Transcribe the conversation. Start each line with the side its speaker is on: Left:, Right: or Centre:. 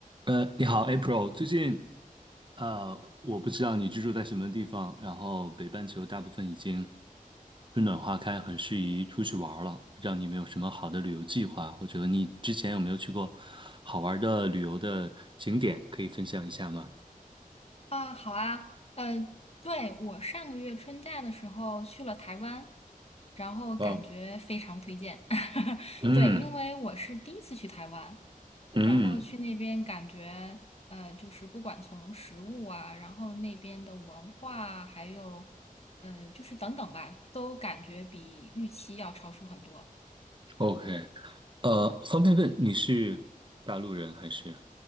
Right: 呃，你好，April。最近，呃，我不知道你居住在什么地方，然后北半球大部分已经春暖花开，很适宜出去玩儿了。不知道你们有什么好的旅游计划，或者你之前有没有去过好玩儿的旅游的景点，可以分享一下吗？
Left: 啊，好啊，呃，对，我上个月春假的时候去了台湾，然后感觉非常推荐。
Right: 哦，
Left: <laughs>
Right: 嗯
Left: 对，因为我是第一次去台湾，
Right: 嗯
Left: 然后去那边感觉，呃，就是不管从食物啊，然后那边的文化啊还有，呃，就是等等吧，都感觉比预期要超出很多。
Right: ，OK。呃，方便问你是大陆人还是？